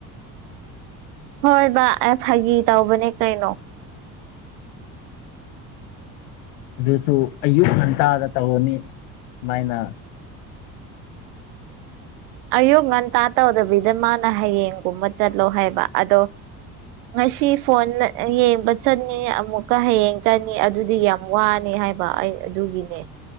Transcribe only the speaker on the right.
ꯍꯣꯏ ꯕ ꯑꯦ ꯐꯥꯒꯤ ꯇꯧꯕꯅꯦ ꯀꯩꯅꯣ
ꯑꯌꯨꯛ ꯉꯟꯇꯥ ꯇꯧꯗꯕꯤꯗ ꯃꯥꯅ ꯍꯌꯦꯡꯒꯨꯝꯕ ꯆꯠꯂꯣ ꯍꯥꯏꯕ ꯑꯗꯣ ꯉꯁꯤ ꯐꯣꯟ ꯌꯦꯡꯕ ꯆꯠꯅꯤ ꯑꯃꯨꯛꯀ ꯍꯌꯦꯡ ꯆꯠꯅꯤ ꯑꯗꯨꯗꯤ ꯌꯥꯝ ꯋꯥꯅꯤ ꯍꯥꯏꯕ ꯑꯩ ꯑꯗꯨꯒꯤꯅꯦ